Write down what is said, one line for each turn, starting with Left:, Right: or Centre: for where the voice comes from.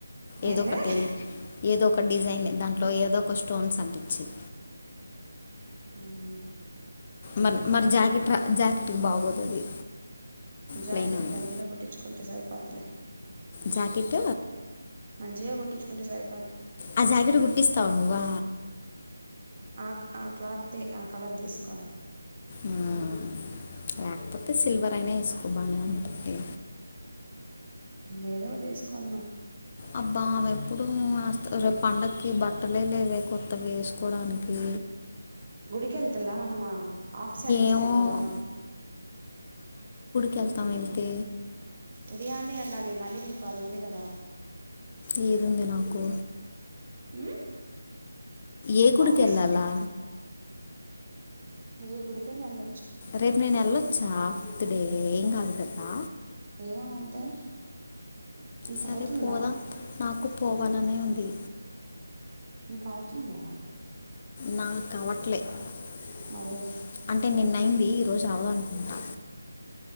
Left: ఏదో
Right: ఏందే
Left: ఒకటి ఏదో ఒక డిజైన్ దాంట్లో ఏదో ఒక స్టోన్స్ అంటుచేయి
Right: ఉమ్మ్
Left: మరి మరి జాకెట్ రా జాకెట్కి బాగోదు అది
Right: జాకెట్
Left: ప్లెయిన్ ఉంది
Right: బంజిగా గుట్టించుకుంటే సార్ పదులే
Left: జాకెట్
Right: మంచిగా కొట్టించుకుంటే సరే
Left: ఆ జాకెట్ కుట్టిస్తావు్ నువ్వా
Right: ఆ ఆ క్లాత్ ఆ కలర్ తీసుకొని
Left: హ్మ్మ్ లేకపోతే సిల్వర్ అయినా వేసుకో బానే ఉంటుంది
Right: ఏదో ఒకటి తీసుకున్నా
Left: అబ్బా ఆమె ఎప్పుడు రేపు పండకి బట్టలే లేవే కొత్తవి వేసుకోవడానికి
Right: గుడికి వెళ్తులా మనమూ ఆఫ్ సారీ వేసుకొని
Left: ఏమో
Right: పోదామా
Left: కెల్తం వెళ్తే
Right: ఉదయాన్నే వెళ్ళాలి మళ్ళీ మీకు అది ఉంది కదా
Left: ఏది ఉంది నాకు
Right: ఉమ్,
Left: ఏ గుడికి
Right: ఆఫీసు
Left: వెళ్ళాలా
Right: హే గుడి కైన ఎల్ల
Left: రేపు నేను ఏళ్ళచ్చ ఫిఫ్త్ డే ఏం గాదు కదా
Right: ఏయా మంటే ఇంకా
Left: సరే
Right: అవుతుందా
Left: పోదాం నాకు పోవాలనే ఉంది
Right: నీకు అవుతుందా
Left: నాకు అవట్లే అంటే
Right: మరి
Left: అంటే నిన్నయింది ఈ రోజు అవదనుకుంటా